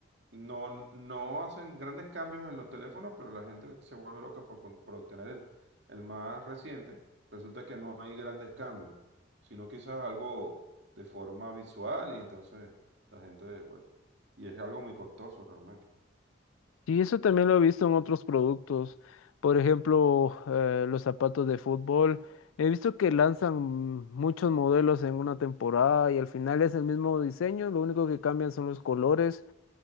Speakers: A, on the right; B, on the left.
A: no, no hacen grandes cambios en los teléfonos, pero la gente se vuelve loca por, con- por obtener el, el más reciente. Resulta que no hay grandes cambios, sino quizás algo de forma visual y entonces la gente, bueno, y es algo muy costoso realmente.
B: Y eso también lo he visto en otros productos, por ejemplo, eh, los zapatos de fútbol. He visto que lanzan mm, muchos modelos en una temporada y al final es el mismo diseño, lo único que cambian son los colores.